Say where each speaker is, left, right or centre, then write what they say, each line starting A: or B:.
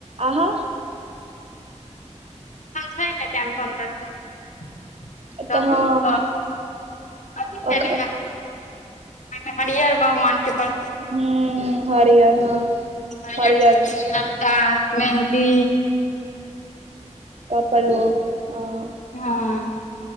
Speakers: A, on the right; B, on the left.
A: अहाँ
B: एखन छै टाइम पन्द्रह दिन
A: तऽ
B: दस
A: हँ
B: दिन ब अथी छै
A: ओकर
B: ने ओहिमे हरिअर भगवानके प्र
A: हूँ हरियर हँ
B: हरिहर
A: हरियर
B: चूड़ी अलता मेहन्दी
A: कपड़बो हँ
B: हँ